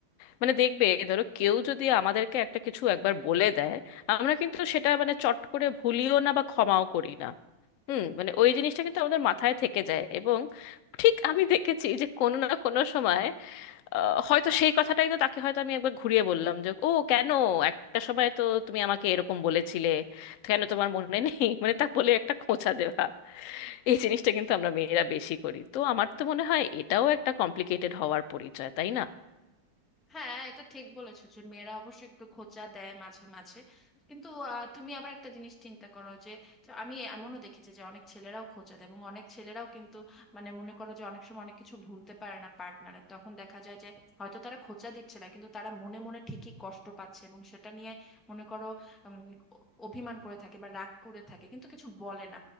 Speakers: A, on the left; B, in the centre.
A: মানে দেখবে ধরো কেউ যদি আমাদেরকে একটা কিছু একবার বলে দেয় আমরা কিন্তু সেটা মানে চট করে ভুলিও না বা ক্ষমাও করি না হুম মানে ওই জিনিসটা কিন্তু আমাদের মাথায় থেকে যায় এবং ঠিক আমি দেখেছি যে কোনো না কোনো সময় আহ, হয়তো সেই কথাটাই তো তাকে হয়তো আমি একবার ঘুরিয়ে বললাম যে ও কেন একটা সময় তো তুমি আমাকে এরকম বলেছিলে কেন তোমার মনে নেই মানে তা বলে একটা খোঁচা দেওয়া এই জিনিসটা কিন্তু আমরা মেয়েরা বেশি করি তো আমার তো মনে হয় এটাও একটা কমপ্লিকেটেড হওয়ার পরিচয় তাই না
B: হ্যাঁ এটা ঠিক বলেছো যে মেয়েরা অবশ্য একটু খোঁচা দেয় মাঝে মাঝে কিন্তু আহ, তুমি আবার একটা জিনিস চিন্তা করো যে যে আমি এমনও দেখেছি যে অনেক ছেলেরাও খোঁচা দেয় এবং অনেক ছেলেরাও কিন্তু মানে মনে করো যে অনেক সময় অনেক কিছু ভুলতে পারে না পার্টনারের তখন দেখা যায় যে হয়তো তারা খোঁচা দিচ্ছে না কিন্তু তারা মনে মনে ঠিকই কষ্ট পাচ্ছে এবং সেটা নিয়ে মনে করো উম, অ- অভিমান করে থাকে বা রাগ করে থাকে কিন্তু কিছু বলে না